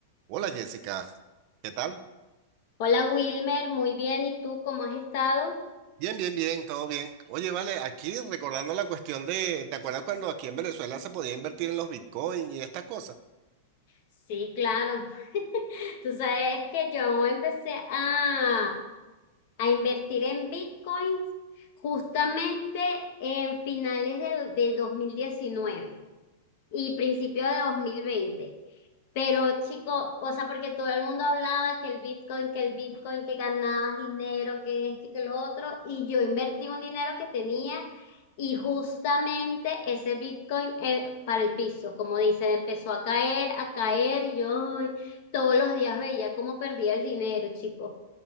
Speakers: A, on the right (about 40°); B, on the left (about 50°).
A: Hola Jessica, ¿qué tal?
B: Hola Wilmer, muy bien. ¿Y tú cómo has estado?
A: Bien, bien, bien, todo bien. Oye, vale, aquí recordando la cuestión de, ¿te acuerdas cuando aquí en Venezuela se podía invertir en los Bitcoin y estas cosas?
B: Sí, claro. <laughs> Tú sabes que yo empecé a, a invertir en bitcoins justamente en finales de- del dos mil diecinueve. y principio de dos mil veinte, Pero chico, o sea, porque todo el mundo hablaba que el Bitcoin, que el Bitcoin, que ganabas dinero, que esto y que lo otro, y yo invertí un dinero que tenía y justamente ese Bitcoin eh, para el piso, como dicen, empezó a caer, a caer y yo ay, todos los días veía cómo perdía el dinero, chico.